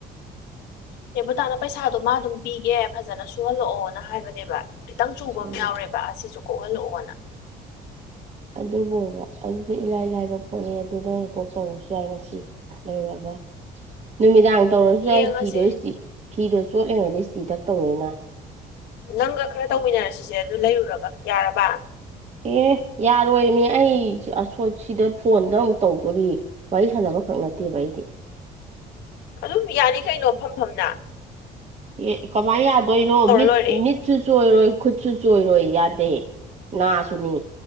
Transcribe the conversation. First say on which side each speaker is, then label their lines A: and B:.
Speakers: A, on the left; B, on the right.
A: ꯅ‌ꯦꯕꯨꯇꯥꯅ ꯄꯩꯁꯥꯗꯣ ꯃꯥ ꯑꯗꯨꯝ ꯄꯤꯒꯦ ꯐꯖꯅ ꯁꯨꯍꯜꯂꯛꯑꯣꯅ ꯍꯥꯏꯕꯅꯦꯕ ꯈꯤꯇꯪ ꯆꯨꯕ ꯑꯃ
B: ꯎꯝ
A: ꯌꯥꯎꯔꯦꯕ ꯑꯁꯤꯁꯨ ꯀꯣꯛꯍꯜꯂꯛꯑꯣꯅ
B: ꯑꯗꯨꯕꯣꯕ ꯑꯗꯨꯗꯤ ꯏꯂꯥꯏ ꯂꯥꯏꯕ ꯄꯣꯠꯅꯦ ꯑꯗꯨ ꯅꯪꯅ ꯀꯣꯛ ꯇꯧꯔꯁꯨ ꯌꯥꯏ ꯉꯁꯤ ꯂꯩꯔꯨꯔꯒ ꯅꯨꯃꯤꯗꯥꯡ ꯇꯧꯔꯁꯨ
A: ꯌꯦꯡꯉꯁꯦ
B: ꯌꯥꯏ ꯐꯤꯗꯣ ꯏꯁꯇꯤ ꯐꯤꯗꯣ ꯆꯣꯠꯂꯤꯉꯩꯗ ꯏꯁꯇꯤ ꯇꯛ ꯇꯧꯅꯤꯅ
A: ꯅꯪꯒ ꯈꯔ ꯇꯧꯃꯤꯟꯅꯔꯁꯤꯁꯦ ꯑꯗꯨ ꯂꯩꯔꯨꯔꯒ ꯌꯥꯔꯕ
B: ꯑꯦ ꯌꯥꯔꯣꯏꯃꯤ ꯑꯩ ꯁꯤ ꯑꯁꯣꯏꯠ ꯁꯤꯗ ꯐꯣꯟꯗ ꯑꯃꯨꯛ ꯇꯧꯗꯣꯔꯤ ꯋꯥꯔꯤ ꯁꯥꯟꯅꯕꯈꯛ ꯅꯠꯇꯦꯕ ꯑꯩꯗꯤ
A: ꯑꯗꯨꯝ ꯌꯥꯅꯤ ꯀꯩꯅꯣ ꯐꯝꯐꯝꯅ
B: ꯑꯦ ꯀꯃꯥꯏ ꯌꯥꯗꯣꯏꯅꯣ ꯃꯤꯠ
A: ꯂꯣꯏꯔꯦ
B: ꯃꯤꯠꯁꯨ ꯆꯣꯏꯔꯣꯏ ꯈꯨꯠꯁꯨ ꯆꯣꯏꯔꯣꯏ ꯌꯥꯗ ꯗꯦ ꯅ ꯁꯨꯅꯤ